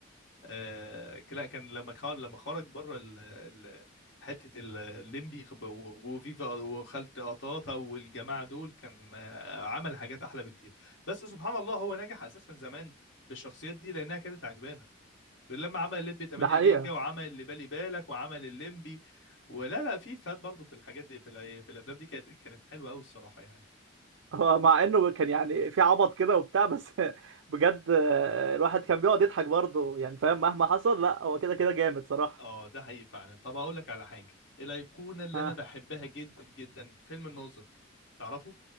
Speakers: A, on the left; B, on the right.
A: آه لا كان لما خرج لما خرج بره ال... ال... حته ال- الليمبي خب- و- وفيفا وخالة قطاطا والجماعه دول كان آه، عمل حاجات احلى بكتير بس سبحان الله هو نجح اساسا زمان بالشخصيات دي لانها كانت عجبانه لما عمل الليمبي 8
B: ده حقيقة
A: جيجا وعمل اللي بالي بالك وعمل الليمبي ولا لا في فات برضه في الحاجات دي في, الأي- في الافلام دي كانت كانت حلوه قوي الصراحه يعني
B: <laughs> هو مع انه كان يعني في عبط كده وبتاع بس <laughs> بجد آه، الواحد كان بيقعد يضحك برضه يعني فاهم مهما حصل لا هو كده كده جامد صراحة
A: اه ده حقيقي فعلا طب هقول لك على حاجه الايقونه اللي
B: ها
A: انا بحبها جدا جدا فيلم الناظر تعرفه